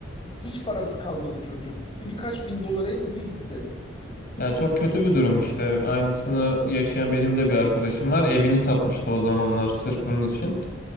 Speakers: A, on the left (about 30°); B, on the left (about 50°).
A: hiç parası kalmadı çocuğun. Ve birkaç bin dolara eridi gitti.
B: Ya çok kötü bir durum işte. Aynısını yaşayan benim de bir arkadaşım var. Evini satmıştı o zamanlar sırf bunun için.